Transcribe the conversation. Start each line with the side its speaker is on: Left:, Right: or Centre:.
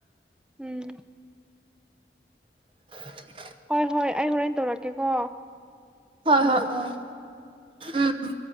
Centre: ꯎꯝ
Right: <inaudible>
Centre: ꯍꯣꯏ ꯍꯣꯏ ꯑꯩ ꯍꯣꯔꯦꯟ ꯇꯧꯔꯛꯀꯦꯀꯣ ꯑꯃꯨꯛ
Right: ꯍꯣꯏ ꯍꯣꯏ ꯑ ꯎꯝ ꯎꯝ